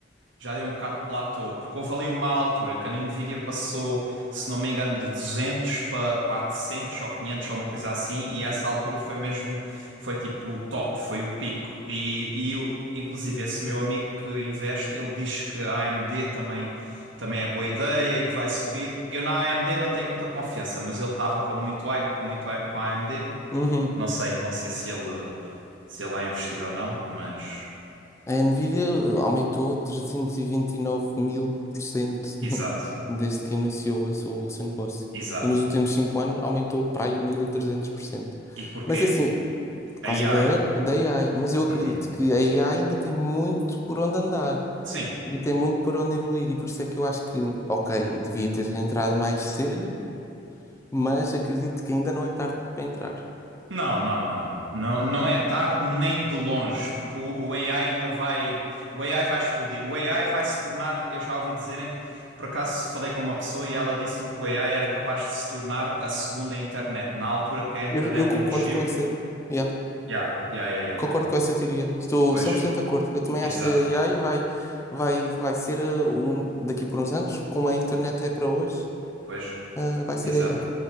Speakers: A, on the right; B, on the left.
A: já deu um bocado de platô, porque houve ali uma altura que a Nvidia passou, se não me engano, de 200 para 400 ou 500 ou uma coisa assim, e essa altura foi mesmo, foi tipo o top, foi o pico. E, e o- inclusive esse meu amigo que investe, ele diz que a AMD também, também é boa ideia e que vai subir. Eu na AMD não tenho muita confiança, mas ele estava com muito hype, com muito hype com a AMD.
B: Uhum.
A: Não sei, não sei se ele, se ele vai investir ou não, mas...
B: A Nvidia eh, aumentou trezentos e e vinte e nove mil por cento
A: Exato,
B: <laughs> desde que iniciou a sua- o seu negócio.
A: exato.
B: E nos últimos cinco anos aumentou para aí 1300 por cento.
A: E porquê?
B: Mas é assim, por causa
A: A AI.
B: da, da AI. Mas eu acredito
A: Uhum.
B: que a AI ainda tem muito por onde andar
A: Sim.
B: e tem muito por onde evoluir. E por isso é que eu acho que, ok, devia ter entrado mais cedo mas acredito que ainda não é tarde para entrar.
A: Não, não, não, não. Não, não é tarde nem de longe, porque o, o AI ainda vai. O AI vai explodir. O AI vai se tornar. Eu já ouvi dizerem. Por acaso falei com uma pessoa e ela disse-me que o AI era capaz de se tornar a segunda internet. Na altura que a internet
B: Eu, eu concordo
A: emergiu.
B: com essa, yeah,
A: Ya, ya, ya, ya.
B: concordo com essa teoria. Estou
A: Pois,
B: cem por cento de acordo. Eu também
A: exato.
B: acho que a AI vai, vai, vai ser uh, um, daqui por uns anos, como a internet é para hoje,
A: Pois,
B: uh, vai ser
A: exato.
B: a AI.